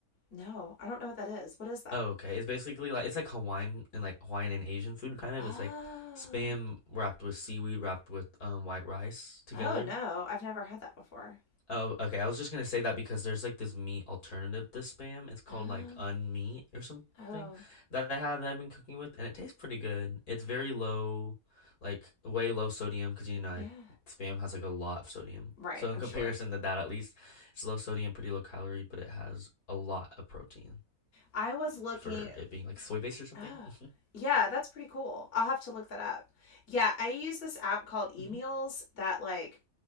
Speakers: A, on the left; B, on the left.
A: No, I don't know what that is. What is that?
B: Oh, okay. It's basically like, it's like Hawaiian and like Hawaiian and Asian food kind of.
A: Oh.
B: It's like spam wrapped with seaweed, wrapped with um, white rice together.
A: Oh no, I've never had that before.
B: Oh, okay. I was just gonna say that because there's like this meat alternative to spam. It's called
A: Oh.
B: like unmeat or something
A: Oh.
B: that I have that I've been cooking with, and it tastes pretty good. It's very low, like way low sodium, because you know I,
A: Yeah.
B: spam has like a lot of sodium.
A: Right,
B: So in
A: I'm
B: comparison
A: sure.
B: to that, at least it's low sodium, pretty low calorie, but it has a lot of protein
A: I was looking.
B: for it being like soy based or something.
A: Oh,
B: <laughs>
A: yeah, that's pretty cool. I'll have to look that up. Yeah, I use this app called Emails
B: hmm
A: that like